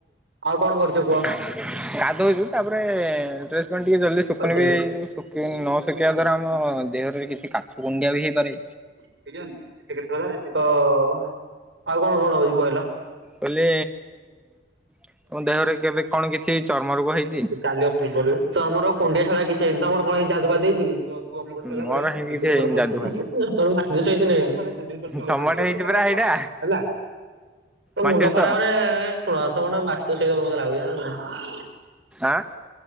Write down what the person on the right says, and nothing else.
ଆଉ କଣ କରୁଛ କୁହ?
କହିଥିଲି
କେଜାଣି। ଏତେ କେତେ ହଜାର ଏତେ ତ ଆଉ କଣ କଣ ହଉଛି କହିଲ?
କାଲି ଅ ପୂର୍ବରୁ ତମର କୁଣ୍ଡିଆ ଛଡା କିଛି ହେଇନି ତମର କଣ ହେଇଛି ଯାଦୁ ଫାଦୁ ଦେଇଛି କି? ତୁ ଅ ତୁ ଅପଲୋ ସାରିଲା
ପରେ
ଦି
ଦିନ
ପରେ ମୁଁ
ଅପଲୋ ହେଇଛି
ସେତବେଳୁ ମାଛି ଦୋସହେଇଛି ନାଁ ହେଇନି? ଦିଦିନ <unintelligible>
ହେଲା ତୋ
ମୁଣ୍ଡ ଖରାପରେ ହଁ ତମେ ଗୋଟେ ମାଷ୍ଟରସେପ ହବ ମତେ ଲାଗୁଛି ଜାଣିଲୁକି ନାଇଁ।